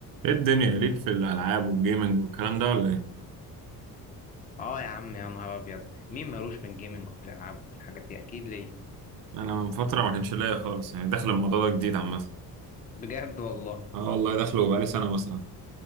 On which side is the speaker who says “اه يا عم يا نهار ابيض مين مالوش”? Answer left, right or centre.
Left